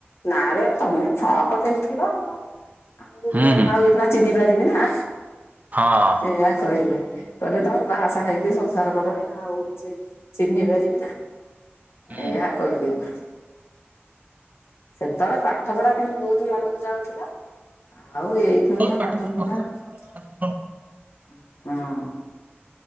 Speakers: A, on the left (about 75°); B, on the right (about 40°).
A: ନା ରେ ତମେ ଫ୍ରକ ପିନ୍ଧୁଥିଲ। ଆଉ
B: ହୁଁ
A: ମୁଁ
B: ହୁଁ
A: ଆଉ ଏବେ ଚିହ୍ନି ପାରିବି ନା
B: ହଁ
A: ଏଇଆ କହିବେ। କହିଲେ ତମେ ବାହା ସାହା ହେଇକି ସଂସାର କଲଣି ଆଉ ଚି ଚିହ୍ନି ପାରିବି ନା।
B: ହୁଁ
A: ଏଇଆ କହିଦି ହଁ। ସେତେବେଳେ ପାଠ ପଢା କିନ୍ତୁ ବହୁତ ମନକୁ ଯାଉଥିଲା। ଆଉ ଏଇ ଖଣିଆ
B: ସେତେବେଳେ
A: ପାଠ ପଢା
B: ବର୍ତ୍ତମାନ
A: ହଁ।
B: ପାଠ ପଢା